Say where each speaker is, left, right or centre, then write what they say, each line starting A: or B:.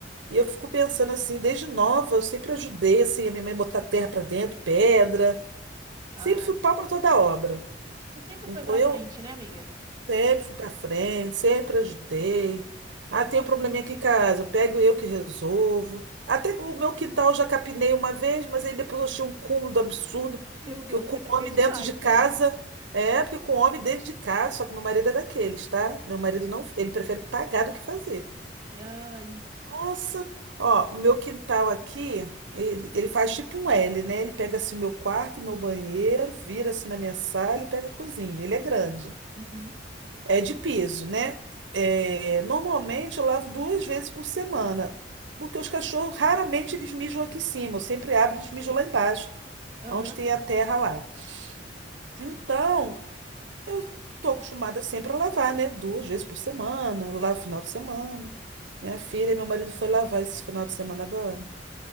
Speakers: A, on the right; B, on the right.
A: E eu fico pensando assim, desde nova, eu sempre ajudei assim, a minha mãe botar terra para dentro, pedra,
B: ah,
A: sempre fui pau para toda obra.
B: tu sempre
A: Então
B: foi pra
A: eu
B: frente, né, amiga?
A: sempre fui para frente, sempre ajudei. Ah, tem um probleminha aqui em casa, eu pego eu que resolvo. Até o meu quintal eu já capinei uma vez, mas aí depois eu achei um cúmulo do absurdo
B: Meu Deus,
A: que eu com
B: <laughs> aí
A: um
B: também
A: homem
B: é demais,
A: dentro de casa,
B: né?
A: é, porque com um homem dentro de casa, só que meu marido é daqueles, tá? Meu marido não, ele prefere pagar do que fazer.
B: E aí.
A: Nossa, ó, o meu quintal aqui, ele, ele faz tipo um L, né? Ele pega assim o meu quarto e meu banheiro, vira assim na minha sala e pega a cozinha. Ele é grande.
B: uhum,
A: É de piso, né? É, normalmente eu lavo duas vezes por semana, porque os cachorros raramente eles mijam aqui em cima. Eu sempre abro e eles mijam lá embaixo,
B: aham.
A: onde tem a terra lá. Então, eu tô acostumada sempre a lavar, né? Duas vezes por semana, eu lavo final de semana. Minha filha, e meu marido foi lavar esse final de semana agora.